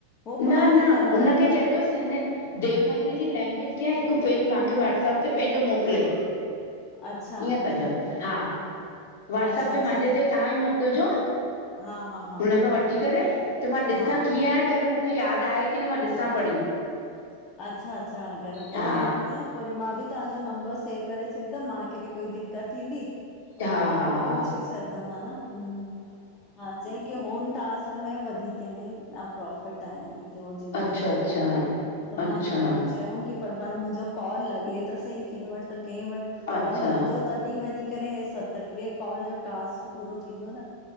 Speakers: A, on the left; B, on the left.
A: हो
B: न
A: पाण
B: न
A: ई कंदा
B: हुनखे चइजोस याने देवनागरी जी लैंग्वेज कीअं हिकु पेज मूंखे व्हाट्सअप ते पंहिंजो मोकिले
A: अच्छा
B: ईअं कजो
A: हूं
B: हा वॉाट्सप
A: अच्छा
B: ते
A: अच्छा
B: मुंहिंजे ते तव्हां ई मोकिलिजो
A: हा हा हा
B: हुन
A: हा
B: खां वठी करे त मां ॾिसां
A: हा
B: कीअं आहे करे मूंखे यादि आहे की न मां ॾिसां पढ़ी।
A: अच्छा अच्छा अगरि होह
B: हा
A: ईंदी पो वरी मां बि तव्हांजो नंबर सेव करे छॾंदमि मूंखे बि कोई दिक़त थींदी त
B: हा
A: मां तव्हां
B: हा
A: खां
B: हा
A: पुछी
B: हा
A: छॾदमि हन ह हा चई की होन टास्क में वधीक में प्रोफिट आहे की हो जन्हिखे
B: अच्छा
A: ईंदी
B: अच्छा
A: आ त
B: अच्छा
A: मां परी चयऊं कि पर मुंहिंजो कॉल लॻे त सही कंहिं वट त कंहिं वटि
B: अच्छा
A: कॉल लॻंदो तॾहिं वञी करे हे सतटीह कॉल जो टास्क पूरो थींदो न